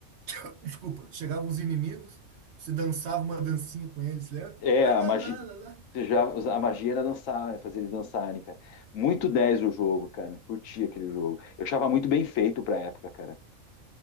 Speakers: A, on the right; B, on the left.
A: <laughs> Desculpa, chegavam os inimigos, você dançava uma dancinha com eles, lembra?
B: É,
A: Lá,
B: a
A: lá,
B: magia...
A: lá, lá, lá.
B: Já, a magia era dançar, né? fazer eles dançarem, cara. Muito 10 o jogo, cara. Curti aquele jogo. Eu achava muito bem feito pra época, cara.